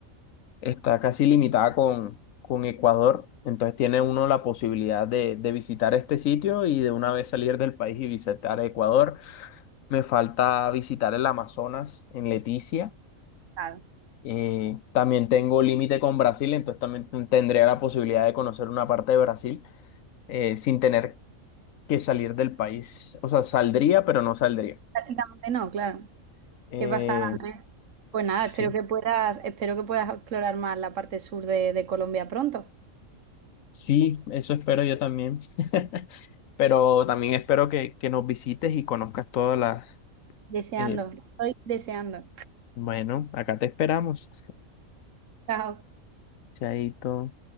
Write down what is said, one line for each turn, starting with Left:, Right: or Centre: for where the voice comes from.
Left: está casi limitada con, con Ecuador, entonces tiene uno la posibilidad de, de visitar este sitio y de una vez salir del país y visitar Ecuador. Me falta visitar el Amazonas en Leticia.
Right: Claro.
Left: Eh, también tengo límite con Brasil, entonces también tendría la posibilidad de conocer una parte de Brasil eh, sin tener que salir del país. O sea, saldría, pero no saldría.
Right: Prácticamente no, claro.
Left: Eh,
Right: ¿Qué pasa, Andrés? Pues
Left: sí,
Right: nada, espero que puedas, espero que puedas explorar más la parte sur de de Colombia pronto.
Left: sí, eso espero yo también. <laughs> Pero también espero que, que nos visites y conozcas todas las...
Right: Deseando,
Left: eh,
Right: estoy deseando.
Left: bueno, acá te esperamos.
Right: Chao.
Left: Chaito.